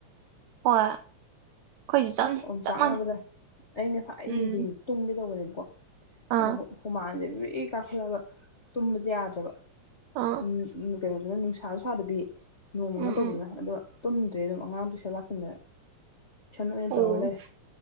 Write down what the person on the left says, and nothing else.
ꯑꯁ ꯑꯣꯝ
ꯆꯥꯛꯅꯕꯗ
ꯑꯩ ꯉꯁꯥꯏ
ꯅꯨꯡꯊꯤꯟ ꯇꯨꯡꯒꯦ ꯇꯧꯕꯅꯦꯕ ꯀꯣ
ꯑꯗꯨꯕꯨ ꯍꯨꯃꯥꯡꯁꯦ ꯕꯔ꯭ꯤ ꯀꯥꯈꯠꯂꯒ ꯇꯨꯝꯕꯁꯦ ꯌꯥꯗ꯭ꯔꯕ
ꯎꯝ ꯎꯝ ꯀꯩꯅꯣꯁꯤꯅ ꯅꯨꯡꯁꯥꯁꯨ ꯁꯥꯗꯕꯤ ꯅꯣꯡꯃꯪꯉ
ꯇꯧꯕꯗ
ꯑꯗꯣ ꯇꯨꯝꯗ꯭ꯔꯦ ꯑꯗꯨꯝ ꯑꯉꯥꯡ ꯇꯨꯏꯁꯟ ꯂꯥꯛꯁꯟꯗꯅ ꯑꯣꯏꯅ
ꯇꯧꯔ ꯂꯩꯔꯦ